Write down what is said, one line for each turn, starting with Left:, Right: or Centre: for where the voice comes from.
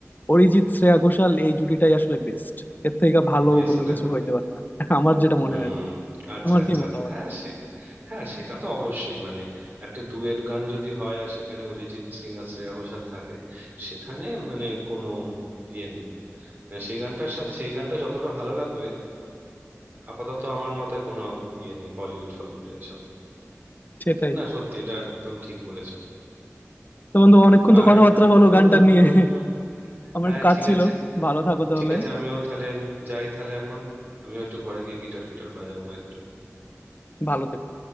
Left: অরিজিৎ শ্রেয়া ঘোষাল এই জুটিটাই আসলে বেস্ট এর থেকে ভালো
Right: বেস্ট
Left: কোনো
Right: না
Left: কিছু হইতে পারে না <laughs> আমার যেটা মনে
Right: হুম
Left: হয়
Right: আচ্ছা
Left: তোমার
Right: আচ্ছা
Left: কি মতামত
Right: আচ্ছা হ্যাঁ সেটা হ্যাঁ সেটা তো অবশ্যই মানে একটা ডুয়েট গান যদি হয় আর সেখানে অরিজিৎ সিং আর শ্রেয়া ঘোষাল থাকে সেখানে মানে কোনো ইয়ে নেই মানে সেই গানটার সাথে সেই গানটা যতটা ভালো লাগবে আপাতত আমার মতে কোনো ইয়ে নেই বলিউড ফলিউডে এসবে
Left: সেটাই
Right: না সত্যি এটা একদম ঠিক বলেছো
Left: তো বন্ধু অনেকক্ষণ তো
Right: আর
Left: কথাবার্তা হলো
Right: হুম
Left: গানটা নিয়ে
Right: হুম হুম
Left: <laughs> আমার
Right: হ্যাঁ
Left: একটু কাজ
Right: ঠিক
Left: ছিল
Right: আছে
Left: ভালো থাকো তাহলে
Right: ঠিক আছে আমিও তাহলে যাই তাহলে এখন আমিও একটু ঘরে গিয়ে গিটার ফিটার বাজাবো একটু
Left: ভালো থেকো